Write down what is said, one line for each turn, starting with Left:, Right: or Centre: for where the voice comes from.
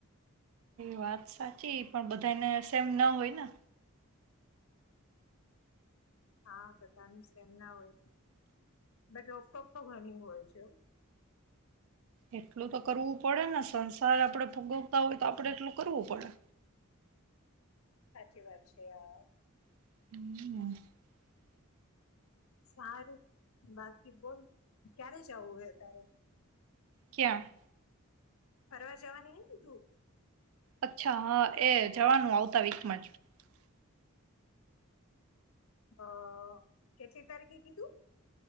Right: વાત સાચી પણ બધા ને એમ ના હોય ને!
Left: હા બધાનું સેમ ના હોય, બટ રોકટોક તો ઘણી હોય છે.
Right: એટલું તો કરવું પડે ને સંસાર આપડે ભોગવતા હોય તો આપણે એટલું કરવું પડે.
Left: સાચી વાત છે અહ.
Right: <inaudible>
Left: સારું બાકી બોલ ક્યારે જવું હોય તારે.
Right: ક્યાં?
Left: ફરવા જવાનું એ લીધું
Right: અચ્છા હા એ જવાનું <unintelligible>
Left: અ કેટલી તારીખે કીધું